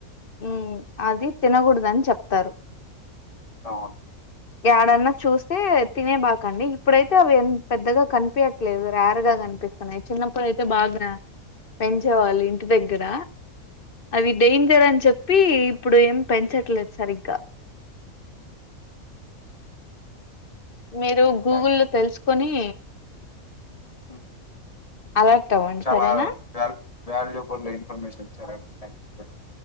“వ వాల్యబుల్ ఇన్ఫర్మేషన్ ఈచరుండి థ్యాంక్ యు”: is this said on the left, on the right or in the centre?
Left